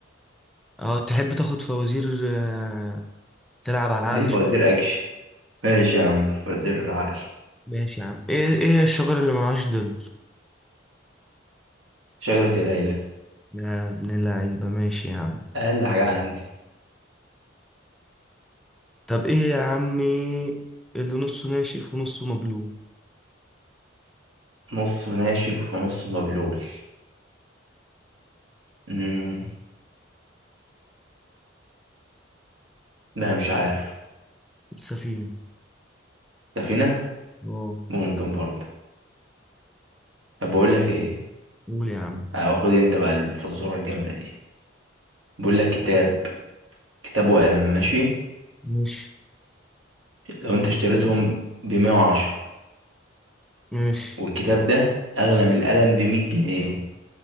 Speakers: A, in the centre; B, on the right.
A: اه تحب تاخد فوازير آه، تلعب على
B: اديني
A: العقل
B: فوازير
A: شوية
B: أكشن ماشي يا عم فوازير العقل
A: ماشي يا عم ايه ايه هي الشجرة اللي ملهاش ظل
B: شجرة العيلة
A: يا ابن اللعيبة ماشي يا عم
B: أقل حاجة عندي
A: طب ايه يا عمي اللي نصه ناشف ونصه مبلول
B: نص ناشف ونص مبلول امم لا مش عارف
A: السفينة
B: سفينة
A: اه
B: ممكن برضه طب بقول لك ايه
A: قول يا عم
B: أو خد انت بقى الفزورة الجامدة دي بيقول لك كتاب كتاب وقلم ماشي
A: ماشي
B: لو انت اشتريتهم بمية وعشرة
A: ماشي
B: والكتاب ده أغلى من القلم بمية جنيه